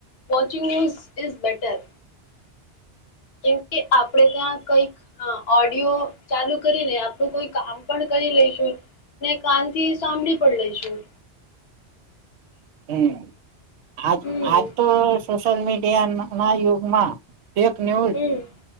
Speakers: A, on the left; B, on the right.
A: વોચિંગ ન્યૂઝ ઇઝ બેટર. કેમ કે આપડે ત્યાં કઈક. હા ઓડિયો ચાલુ કરીને આપણું કોઈ કામ પણ કરી લ લઈ લો. ને કાન થી સાંભળી પણ લઈશું.
B: હમ્મ આજ
A: હમ
B: આજ તો સોશિયલ મીડિયા ના યુગમાં ફેક ન્યૂઝ
A: હમ